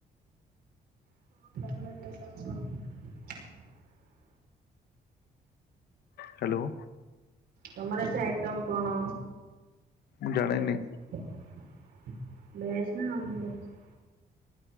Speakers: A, on the right; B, on the left.
A: <unintelligible>
B: ହ୍ୟାଲୋ।
A: ତମର ଆଜି ଆଇଟମ୍ କଣ?
B: ମୁଁ ଜାଣିନି
A: ଭେଜ ନା ନନ୍ ଭେଜ?